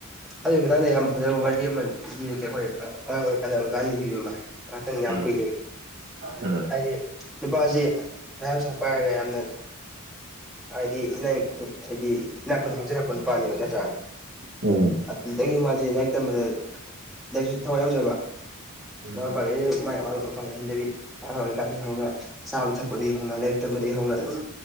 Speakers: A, in the centre; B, on the right.
A: ꯑꯗꯨꯏ ꯃꯇꯥꯡꯗ ꯌꯥꯝ ꯐꯖꯕ ꯋꯥꯔꯤ ꯑꯃ ꯂꯤꯔꯛꯀꯦ ꯑꯈꯣꯏ ꯑꯉꯥꯡ ꯑꯣꯏꯔꯤꯀꯥꯟꯗ ꯑꯣꯖꯥꯅ ꯂꯤꯕꯤꯕ ꯑꯃ ꯉꯥꯇꯪ ꯌꯥꯝ
B: ꯎꯝ
A: ꯀꯨꯏꯗꯕꯤ
B: ꯎꯝ
A: ꯍꯥꯏꯗꯤ ꯅꯨꯄꯥꯖꯤ ꯄꯩꯁꯥ ꯅꯨꯡꯁꯥ ꯄꯥꯏꯔꯒ ꯌꯥꯝꯅ ꯍꯥꯏꯗꯤ ꯏꯅ ꯍꯥꯏꯗꯤ ꯏꯅꯥꯛ ꯈꯨꯟꯅ ꯍꯧꯖꯔꯛꯄ ꯅꯨꯄꯥꯅꯦꯕ ꯅꯠꯇ꯭ꯔꯥ
B: ꯎꯝ
A: ꯑꯗꯨꯗꯒꯤ ꯃꯥꯖꯦ ꯂꯥꯏꯔꯤꯛ ꯇꯝꯕꯗ ꯂꯥꯏꯔꯤꯛꯁꯤꯁꯨ ꯊꯋꯥꯏ ꯌꯥꯎꯖꯕ
B: ꯎꯝ
A: ꯃꯥꯃꯥ ꯃꯄꯥꯒꯩꯖꯤ ꯃꯥꯏ ꯑꯋꯥꯠ ꯑꯄꯥ ꯂꯩꯍꯟꯗꯕꯤꯅꯤ ꯑꯉꯥꯡ ꯑꯣꯏꯔꯤꯀꯥꯟꯗꯒꯤ ꯍꯧꯔꯒ ꯆꯥꯕ ꯊꯛꯄꯗꯒꯤ ꯍꯧꯅ ꯂꯥꯏꯔꯤꯛ ꯇꯝꯕꯗꯒꯤ ꯍꯧꯅ ꯑꯗꯨꯝ